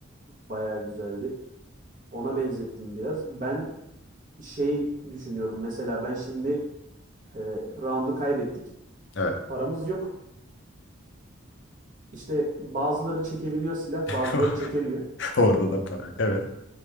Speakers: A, on the right; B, on the left.
A: bayağı güzeldi. Ona benzettim biraz. Ben şey düşünüyorum. Mesela ben şimdi e, round'u kaybettik.
B: Evet.
A: Paramız yok. İşte bazıları çekebiliyor silah,
B: <laughs>
A: bazıları çekemiyor.
B: Orada da para yok. Evet.